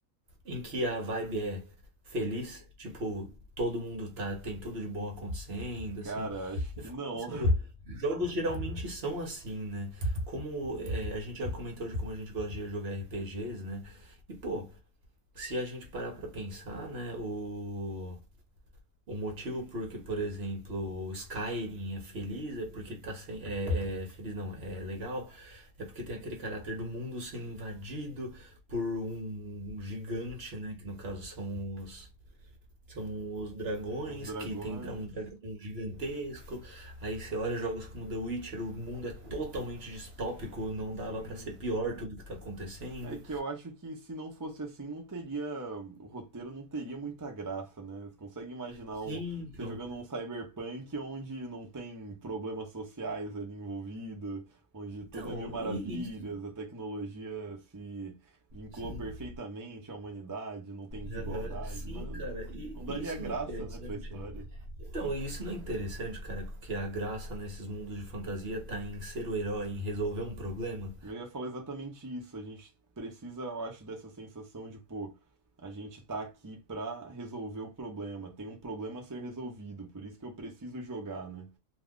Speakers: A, on the right; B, on the right.
A: em que a vibe é feliz? Tipo, todo mundo tá, tem tudo de bom acontecendo,
B: <laughs>
A: assim.
B: Cara, acho que
A: Eu fico
B: não.
A: pensando, jogos geralmente são assim, né? Como é, a gente já comentou de como a gente gosta de jogar RPGs, né? E, pô, se a gente parar para pensar, né, o, o motivo por que, por exemplo, o Skyrim é feliz é porque ele tá sem, é, é feliz não, é legal, é porque tem aquele caráter do mundo sendo invadido por um gigante, né, que no caso são os são os dragões
B: <laughs> Os dragões,
A: que tem dra- um dragão gigantesco. Aí você olha jogos como The Witcher, o mundo é totalmente distópico, não
B: sim.
A: dava pra ser pior tudo que tá acontecendo.
B: É que eu acho que se não fosse assim, não teria. O roteiro não teria muita graça, né? Você consegue imaginar
A: Sim,
B: um, você
A: então.
B: jogando um cyberpunk onde não tem problemas sociais ali envolvido, onde tudo
A: Então,
B: é mil maravilhas,
A: e isso
B: a tecnologia se vinculou
A: Sim.
B: perfeitamente à humanidade, não tem desigualdade.
A: Aham. Sim,
B: Não,
A: cara, e
B: não daria
A: e isso
B: graça,
A: não é interessante?
B: né, pra história.
A: Então, e isso não é interessante, cara, que a graça nesses mundos de fantasia tá em ser o herói, em resolver um problema?
B: Eu ia falar exatamente isso. A gente precisa, eu acho, dessa sensação de, pô, a gente tá aqui pra resolver o problema. Tem um problema a ser resolvido, por isso que eu preciso jogar, né?